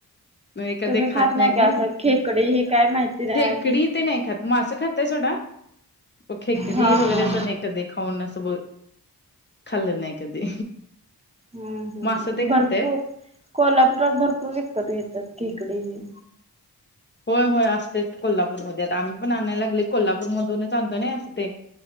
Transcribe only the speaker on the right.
तुम्ही
का
असं खेकडी हे काय माहिती नाही
हा
हा
हम्म हम्म
भरपूर कोल्हापुरात भरपूर विकत येतात खेकडी ह.